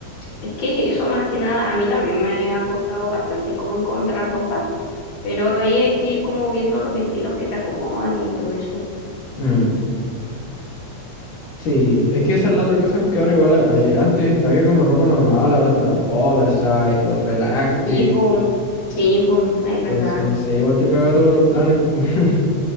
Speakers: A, on the left; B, on the left.
A: Es que eso más que nada, a mí también me ha costado bastante como encontrar ropa, pero ahí hay que ir como viendo los estilos que te acomodan y todo eso.
B: Mm. Sí, es que esa es la otra cosa, porque ahora igual eh, antes había como ropa normal, ahora están los oversize, los relax fit,
A: Sí, po, sí, po, es verdad.
B: entonces no sé, igual te caga todos los planes. <laughs>